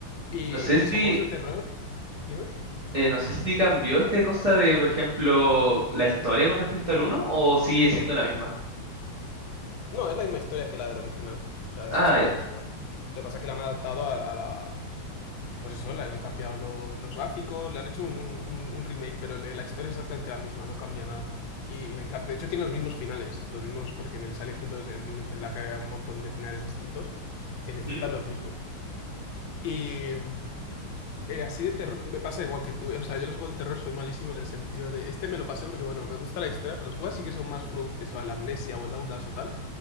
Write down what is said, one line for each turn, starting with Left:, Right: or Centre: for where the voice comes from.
Left: ¿Y,
Right: No sé si...
Left: y esos juegos de terror? Dime.
Right: eh, no sé si cambió esta cosa de, por ejemplo, la historia con respecto al uno o sigue siendo la misma.
Left: No, es la misma historia que la del original. O sea, es
Right: Ah,
Left: exactamente
Right: ya.
Left: igual. Lo que pasa es que la han adaptado a, a la... Pues eso, le han cambiado lo- los gráficos, le han hecho un, un- un- un remake, pero le- la historia es exactamente la misma, no cambia nada. Y, y me encanta. De hecho, tiene los mismos finales, los mismos, porque en el Silent Hill 2, el original que había un montón de finales distintos, en
Right: Ujú.
Left: este están los mismos. y Eh, así de terror, me pasa igual que tú. eh, O sea, yo los juegos de terror soy malísimo en el sentido de. Este me lo pasé porque, bueno, me gusta la historia, pero los juegos sí que son más float, eso, la amnesia o el Outlast o tal.